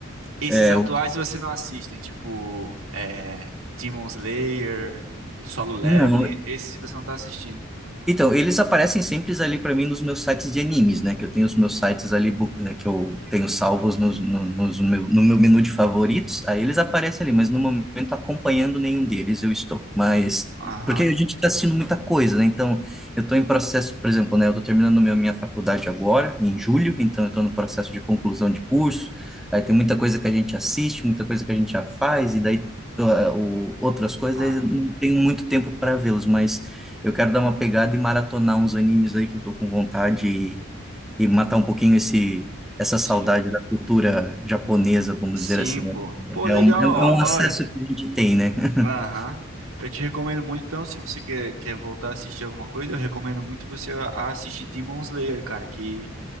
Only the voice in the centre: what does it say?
é,
o-
não,
Então, eles aparecem sempre ali para mim nos meus sites de animes, né? Que eu tenho os meus sites ali, bu- né, que eu tenho salvos nos, no, nos meu, no meu menu de favoritos. Aí eles aparecem ali, mas no momento acompanhando nenhum deles eu estou. Mas,
porque a gente está assistindo muita coisa, né? Então, eu estou em processo, por exemplo, né? Eu estou terminando minha, minha faculdade agora, em julho, então eu estou no processo de conclusão de curso. Aí tem muita coisa que a gente assiste, muita coisa que a gente já faz, e daí. ah, o- Outras coisas,
aí eu não tenho muito tempo para vê-los, mas eu quero dar uma pegada e maratonar uns animes aí que eu tô com vontade e, e matar um pouquinho esse, essa
saudade da cultura japonesa, vamos
dizer assim,
né?
É
um, é um
é é um acesso
que a gente tem, né? <laughs>